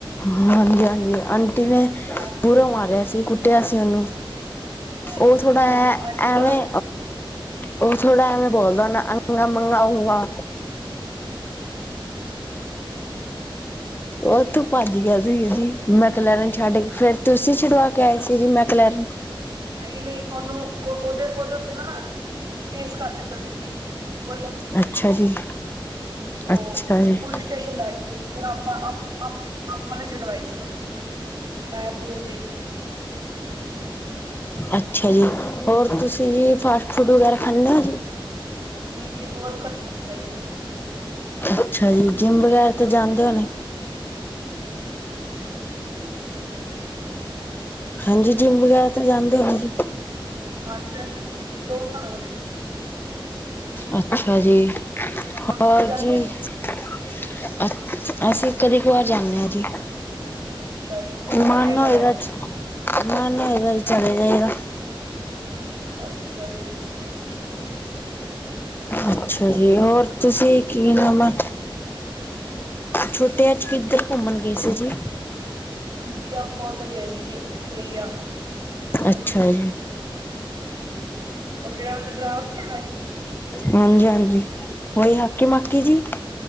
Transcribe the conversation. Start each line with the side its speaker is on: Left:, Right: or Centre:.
Left: ਹਾਂਜੀ-ਹਾਂਜੀ ਆਂਟੀ ਨੇ,
Right: ਹਾਂ
Left: ਪੂਰਾ ਮਾਰਿਆ ਸੀ ਕੁੱਟਿਆ ਸੀ ਉਹਨੂੰ।
Right: ਹਾਂਜੀ
Left: ਉਹ ਥੋੜ੍ਹਾ ਹੈ
Right: ਉਹ ਆਂਟੀ
Left: ਐਵੇਂ
Right: ਕੋਲੋਂ
Left: ਉਹ ਥੋੜਾ ਐਵੇਂ ਬੋਲਦਾ ਹੋਣਾ ਅ ਮੰਗਾਊਗਾ। ਉਥੋਂ ਭੱਜ ਗਿਆ ਸੀ ਜੀ ਮੈਂ ਕਲੈਰ
Right: ਹਾਂਜੀ
Left: ਨੂੰ ਛੱਡ ਕੇ ਫੇਰ ਤੁਸੀਂ ਛੁਡਵਾ ਕੇ ਆਏ ਸੀ ਜੀ ਮੈਂ ਕਲਰ
Right: ਨਹੀਂ-ਨਹੀਂ ਉਹਨੂੰ ਉਹ ਉਹਦੇ ਉਹਦੇ ਉੱਤੇ ਨਾ, ਕੇਸ ਕਰ ਦਿੱਤਾ ਸੀ ਜੀ, ਉਹਲਾ ਉਹਨੂੰ
Left: ਅੱਛਾ ਜੀ।
Right: ਉਹ
Left: ਅੱਛਾ ਜੀ।
Right: ਪੁਲਿਸ ਸਟੇਸ਼ਨ ਲੈ ਕੇ ਫਿਰ ਆਪਾਂ ਆਪਾਂ ਨੇ ਛੁਡਵਾਈ ਸੀ ਉਹਨੂੰ। ਪੈ ਪੂਏ ਦੇ ਕੇ
Left: ਅੱਛਾ ਜੀ। ਹੋਰ ਤੁਸੀਂ ਜੀ ਫਾਸਟ ਫੂਡ ਵਗੈਰਾ ਖਾਨੇ ਓ ਜੀ?
Right: ਨੀ ਜੀ ਬਹੁਤ ਘਟ ਖਾਂਦਾ ਜੀ।
Left: ਅੱਛਾ ਜੀ ਜਿੰਮ ਵਗੈਰਾ ਤੇ ਜਾਂਦੇ ਹੋਣੇ।
Right: <unintelligible>
Left: ਹਾਂਜੀ ਜਿੰਮ ਵਗੈਰਾ ਤੇ ਜਾਂਦੇ ਹੋਣੇ ਜੀ।
Right: ਹਾਂ ਦੋ ਸੌ ਹੋ
Left: ਅੱਛਾ ਜੀ,
Right: ਤੁਸੀਂ
Left: ਹੋਰ
Right: ਜਾਂਦੇ
Left: ਜੀ।
Right: ਹੋ
Left: ਅ ਅਸੀਂ ਕਦੀ ਕੁਆਰ ਜਾਂਨੇ ਆ ਜੀ।
Right: ਅੱਛਾ ਜੀ ਚਲੋ
Left: ਮਨ
Right: ਵਧੀਆ
Left: ਹੋਏਗਾ,
Right: ਗੱਲ ਹੈ ਜੀ
Left: ਮਨ ਹੋਏਗਾ ਤਾਂ ਚਲੇ ਜਾਏਦਾ।
Right: ਅੱਛਾ ਜੀ।
Left: ਅੱਛਾ ਜੀ ਹੋਰ ਤੁਸੀਂ ਕੀ ਲਵਾਂ? ਛੁੱਟੀਆਂ 'ਚ ਕਿੱਧਰ ਘੁੰਮਣ ਗਏ ਸੀ ਜੀ?
Right: ਜੀ ਆਪਾਂ ਉੱਧਰ ਗਏ ਸੀ ਜੀ ਆਸਟ੍ਰੇਲੀਆ।
Left: ਅੱਛਾ ਜੀ।
Right: ਹਾਂਜੀ, ਉਹ ਜਿਹੜਾ ਉੱਥੇ ਡਰਾਈਵਰ ਨੀ ਆਇਆ ਸੀ।
Left: ਹਾਂਜੀ-ਹਾਂਜੀ ਉਹੀ ਹਾਕੀ ਮਾਕੀ ਜੀ?